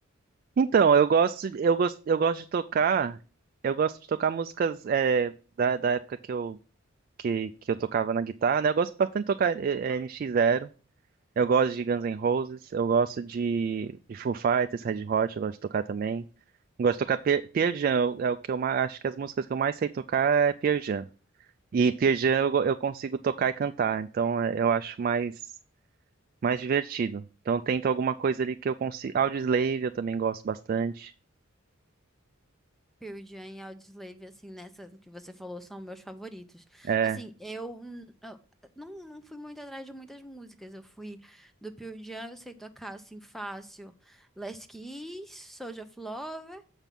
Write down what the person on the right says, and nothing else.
Então, eu gosto, eu gosto, eu gosto de tocar, eu gosto de tocar músicas é, da, da época que eu, que, que eu tocava na guitarra, né? Eu gosto bastante de tocar é, é, NX Zero, eu gosto de Guns N' Roses, eu gosto de, de Foo Fighters, Red Hot, eu gosto de tocar também. Eu gosto de tocar Pier, Pearl Jam, é o que eu mais, acho que as músicas que eu mais sei tocar é Pearl Jam. E Pearl Jam eu, go- eu consigo tocar e cantar, então é, eu acho mais, mais divertido. Então eu tento alguma coisa ali que eu consigo. Audioslave eu também gosto bastante.
eh,